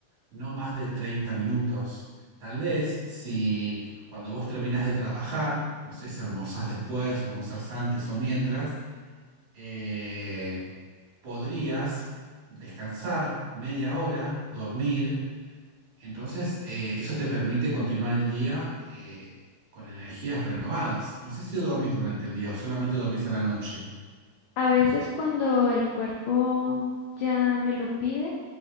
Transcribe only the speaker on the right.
no más de 30 minutos. Tal vez si cuando vos terminás de trabajar, no sé si almorzás después, almorzás antes o mientras, eh, podrías descansar media hora, dormir. Entonces, eh, eso te permite continuar el día eh, con energías renovadas. No sé si dormís durante el día o solamente dormís a la noche.